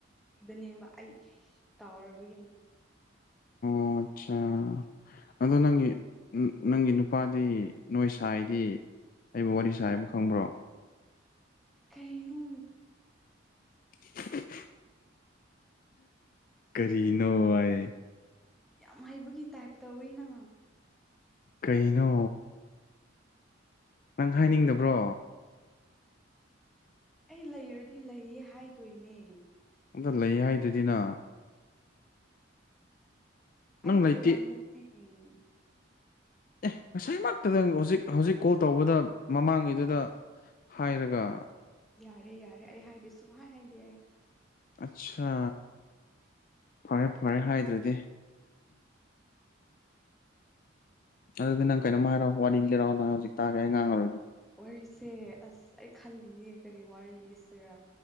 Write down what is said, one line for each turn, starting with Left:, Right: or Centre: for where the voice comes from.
Centre: ꯑꯗꯨꯅꯦꯕ ꯑꯩ ꯇꯥꯎꯔꯕꯒꯤꯅꯤ
Left: ꯑꯣ ꯑꯆꯥ ꯑꯗꯣ ꯅꯪꯒꯤ ꯅꯪꯒꯤ ꯅꯨꯄꯥꯗꯤ ꯅꯣꯏ ꯁꯥꯏꯗꯤ ꯑꯩꯕꯨ ꯋꯥꯔꯤ ꯁꯥꯏꯕ ꯈꯪꯕ꯭ꯔꯣ
Centre: ꯀꯔꯤꯅꯨ
Left: <unintelligible> ꯀꯔꯤꯅꯣ ꯍꯥꯏ
Centre: ꯌꯥꯝ ꯍꯩꯕꯒꯤ ꯇꯥꯏꯞ ꯇꯧꯋꯤꯅ
Left: ꯀꯩꯅꯣ ꯅꯪ ꯍꯥꯏꯅꯤꯡꯗꯕ꯭ꯔꯣ
Centre: ꯑꯩ ꯂꯩꯔꯗꯤ ꯂꯩꯌꯦ ꯍꯥꯏꯗꯣꯏꯅꯦ
Left: ꯑꯗꯨ ꯂꯩ ꯍꯥꯏꯗꯨꯗꯤꯅ ꯅꯪ
Centre: ꯑꯩ
Left: ꯂꯩꯇꯦ
Centre: ꯎꯔꯝ <unintelligible>
Left: ꯑꯦ ꯉꯁꯤꯃꯛꯇꯗꯪ ꯍꯧꯖꯤꯛ ꯍꯧꯖꯤꯛ ꯀꯣꯜ ꯇꯧꯕꯗ ꯃꯃꯥꯡꯒꯤꯗꯨꯗ ꯍꯥꯏꯔꯒ
Centre: ꯌꯥꯔꯦ ꯌꯥꯔꯦ ꯑꯩ ꯍꯥꯏꯗꯤ ꯁꯨꯝ ꯍꯥꯏ ꯍꯥꯏꯗꯤꯦ ꯑꯩ
Left: ꯑꯠꯁꯥ ꯐꯔꯦ ꯐꯔꯦ ꯍꯥꯏꯗ꯭ꯔꯗꯤ ꯑꯗꯨꯗꯤ ꯅꯪ ꯀꯩꯅꯣꯝ ꯍꯥꯏꯔꯑꯣ ꯋꯥꯔꯤ ꯂꯩꯔꯛꯑꯣ ꯅꯍꯪ ꯍꯧꯖꯤꯛ ꯇꯥꯒꯦ ꯑꯩ ꯉꯥꯡꯉꯔꯒꯦ
Centre: ꯋꯥꯔꯤꯁꯦ ꯑꯁ ꯑꯩ ꯈꯜꯂꯤꯌꯦ ꯀꯔꯤ ꯋꯥꯔꯤ ꯂꯤꯁꯤꯦꯔꯥ